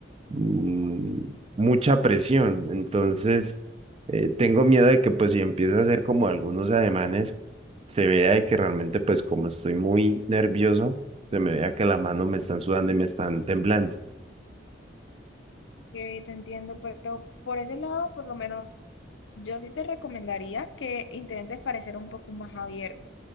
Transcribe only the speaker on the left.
Que te entiendo, pero por ese lado, por lo menos Yo sí te recomendaría que intentes parecer un poco más abierto,